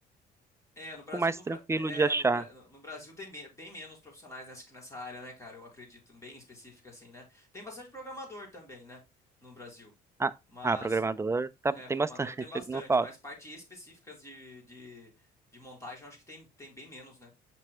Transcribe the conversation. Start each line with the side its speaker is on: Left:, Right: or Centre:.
Left: É, no Brasil,
Right: pouco mais
Left: no,
Right: tranquilo
Left: Bra- é,
Right: de achar.
Left: é, no, Bra- no Brasil tem bem, bem menos profissionais nessa, que nessa área, né, cara? Eu acredito, bem específica assim, né? Tem bastante programador também, né, no Brasil.
Right: Ah,
Left: Mas,
Right: ah, programador tá-
Left: é, programador
Right: tem bastante, <laughs>
Left: tem bastante,
Right: não falta.
Left: mas parte específicas de, de, de montagem, eu acho que tem, tem bem menos, né?